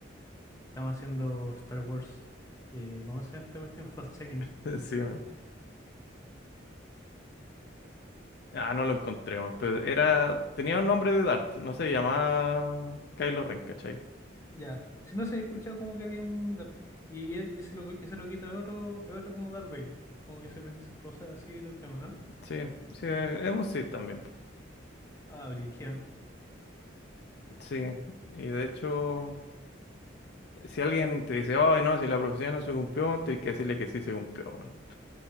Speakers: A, on the left (about 15°); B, on the left (about 55°).
A: Estamos haciendo Star Wars, eh, ¿cómo se llama esta cuestión? Fast check
B: <laughs> Sí, man. Ah, no lo encontré, man, Pero era. Tenía un nombre de Dart. No se llamaba Kylo Ren, ¿cachai?
A: Ya. Si no se había escuchado como que había un Darth. Y, e- y ese, lo, ese loquito es otro, es otro como Darth Vader. Como que se ve esas cosas así y todo el tema, ¿no?
B: Sí, sí, es es un Sith también. po.
A: Ah, brígido.
B: Sí. Y de hecho. Si alguien te dice, ay, no, si la profecía no se cumplió, tienes que decirle que sí se cumplió. weón.